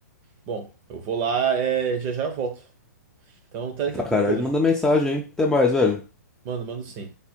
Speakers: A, on the right (about 30°); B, in the centre.
A: Bom, eu vou lá, é, já já eu volto. Então, até daqui
B: Tá,
A: a pouco,
B: cara,
A: Pedro.
B: manda mensagem, hein? Até mais, velho.
A: Mano, mando sim.